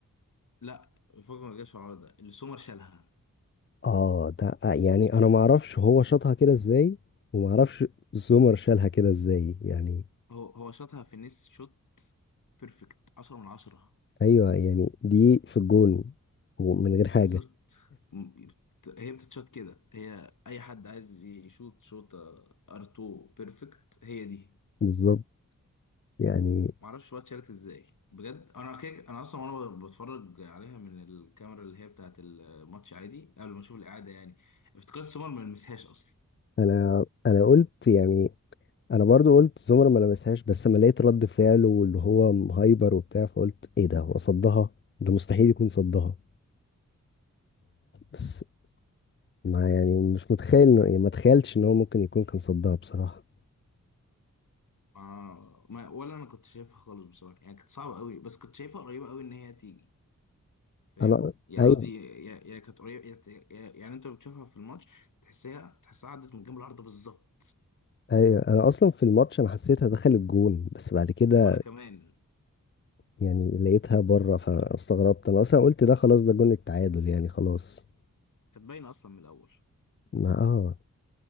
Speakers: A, on the left; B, on the left.
A: لا فجر ما جاش في العارضه اللي سومر شالها
B: اه ده آه، يعني انا ما اعرفش هو شاطها كده ازاي وما اعرفش زومر شالها كده ازاي يعني
A: هو هو شاطها في نس شوت بيرفكت 10 من 10
B: ايوه يعني دي في الجون ومن غير حاجة
A: بالظبط م- بت- هي بتتشوت كده هي اي حد عايز يشوت شوت ار 2 بيرفكت هي دي
B: بالظبط يعني
A: معرفش بقى اتشالت ازاي بجد انا كده انا اصلا وانا بتفرج عليها من الكاميرا اللي هي بتاعت الماتش عادي قبل ما اشوف الاعاده يعني افتكرت سومر ما لمسهاش اصلا
B: انا انا قلت يعني انا برضو قلت زومر ما لمسهاش بس لما لقيت رد فعله واللي هو هايبر وبتاع فقلت ايه ده هو صدها ده مستحيل يكون صدها ف ما يعني مش متخيل انه يعني ما تخيلتش ان هو ممكن يكون كان صدها بصراحة
A: آه ما ولا انا كنت شايفها خالص بصراحه يعني كانت صعبه قوي بس كنت شايفها قريبه قوي ان هي تيجي فاهم
B: انا
A: يعني
B: ايوه
A: قصدي يا- يا يعني كانت قريبه يا- يا- يعني انت بتشوفها في الماتش تحسها تحسها عدت من جنب العارضه بالظبط
B: ايوه انا اصلا في الماتش انا حسيتها دخلت جون بس بعد كده
A: وانا كمان
B: يعني لقيتها بره فاستغربت انا اصلا قلت ده خلاص ده جون التعادل يعني خلاص
A: كانت باينه اصلا من الاول
B: ما اه